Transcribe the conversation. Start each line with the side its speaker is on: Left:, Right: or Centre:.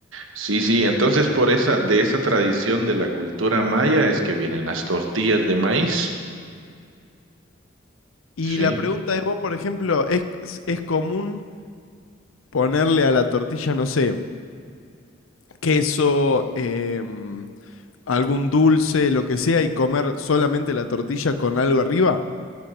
Right: Sí, sí, entonces por esa, de esa tradición de la cultura maya es que vienen las tortillas de maíz.
Left: Y
Right: sí
Left: la pregunta de vos, por ejemplo, ¿es, es común ponerle a la tortilla, no sé, queso, em, algún dulce, lo que sea, y comer solamente la tortilla con algo arriba.